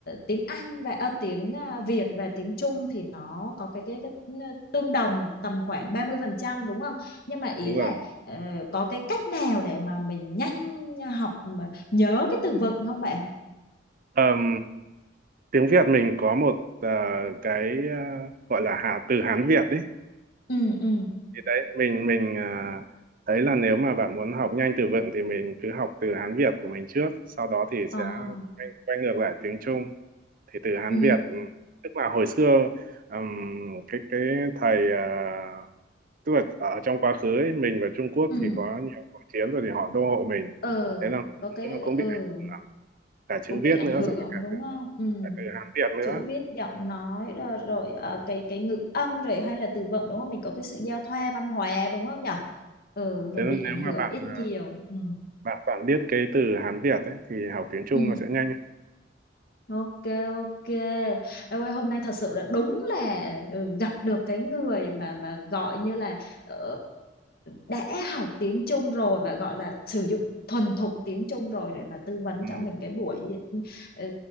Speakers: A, on the left; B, on the right.
A: tiếng Anh và ờ, tiếng à, Việt và tiếng Trung thì nó có cái cái, cái ừ, tương đồng tầm khoảng 30% đúng không? Nhưng mà ý
B: đúng
A: là
B: rồi
A: ờ, có cái cách nào để mà mình nhanh học mà nhớ cái từ vựng không bạn?
B: Ờm, tiếng Việt mình có một ờ, cái ờ, gọi là hà, từ Hán Việt ấy
A: ừ ừ
B: thì đấy mình mình à, thấy là nếu mà bạn muốn học nhanh từ vựng thì mình cứ học từ Hán Việt của mình trước sau đó thì
A: À,
B: sẽ quay, quay ngược lại tiếng Trung thì từ Hán
A: ừ.
B: Việt ừ, tức là hồi xưa ừm, cái cái thầy à, tức là ở trong quá khứ ấy, mình và Trung Quốc
A: ừ
B: thì có nhiều cuộc chiến rồi thì họ đô hộ mình
A: ờ
B: thế là
A: có cái
B: nó cũng bị
A: ừ
B: ảnh hưởng cả chữ
A: cũng bị
B: viết
A: ảnh
B: nữa
A: hưởng
B: xong rồi cả
A: đúng
B: từ
A: không ừ
B: cả từ Hán Việt nữa
A: chữ viết giọng nói rồi, rồi ờ, cái cái ngữ âm rồi hay là từ vựng đúng không mình có cái sự giao thoa văn hóa đúng không nhở ừ mình
B: thế nên
A: bị ảnh
B: nếu mà
A: hưởng
B: bạn
A: ít nhiều
B: à,
A: ừ
B: bạn bạn biết cái từ Hán Việt ấy thì học tiếng Trung
A: ừ
B: nó sẽ nhanh hơn.
A: Ok ok. Em ơi hôm nay thật sự là đúng là ừ, gặp được cái người mà mà gọi như là ờ, đã học tiếng Trung rồi và gọi là sử dụng thuần thục tiếng Trung rồi để mà tư vấn
B: Ừ.
A: cho mình cái buổi ừ, ờ,